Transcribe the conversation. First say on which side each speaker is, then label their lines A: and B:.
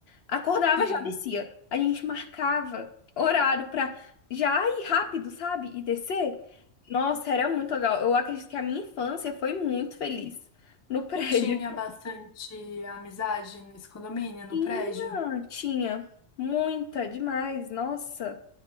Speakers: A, on the left; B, on the left.
A: Acordava,
B: Sim.
A: já descia. A gente marcava horário pra já ir rápido, sabe? E descer. Nossa, era muito legal. Eu acredito que a minha infância foi muito feliz no <laughs> prédio.
B: Tinha bastante amizade nesse condomínio,
A: Tinha,
B: no prédio.
A: tinha muita, demais, nossa.